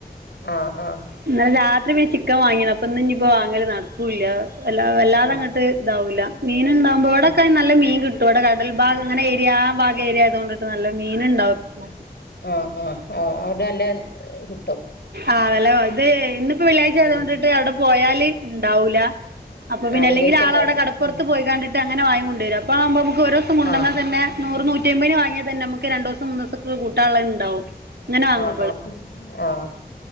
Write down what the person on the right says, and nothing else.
ഇന്നലെ രാത്രി പോയി ചിക്കൻ വാങ്ങീന്ന് അപ്പൊ ഇന്നിപ്പോ വാങ്ങല് നട ക്കൂല്ല വല്ലാ വല്ലാതങ്ങോട്ട്
ഇതാവൂല്ല മീനുണ്ടാവുമ്പോ ഇവിടെക്കെ
നല്ല മീൻ കിട്ട ഇവിടെ കടൽ ഭാഗ്ങ്ങനെ ഏരിയ ആ ഭാഗ ഏരിയയാതുകൊണ്ടട്ട് നല്ല മീനുണ്ടാവും
ആഹ് വില ഇത് ഇന്നിപ്പോ വെള്ളിയാഴ്ച ആയതുകൊണ്ടിട്ട്
അവിടെ പോയാല് ഉണ്ടാവൂല അപ്പൊ പിന്നെല്ലെങ്കിൽ
ആളവിടെ
കടപ്പുറത്ത്
പോയിക്കണ്ടിട്ട് അങ്ങനെ വാങ്ങി കൊണ്ട വര അപ്പവുമ്പ നമുക്ക് ഓരോസം കൊണ്ടന്നാ
തന്നെ നൂറ് നൂറ്റിയമ്പതിന് വാങ്ങിയാ തന്നെ നമ്മക്ക് രണ്ടോസം മൂന്നോസത്തേക്ക് കൂട്ടാനുള്ളോതുണ്ടാകും ഇങ്ങനെ വാങ്ങു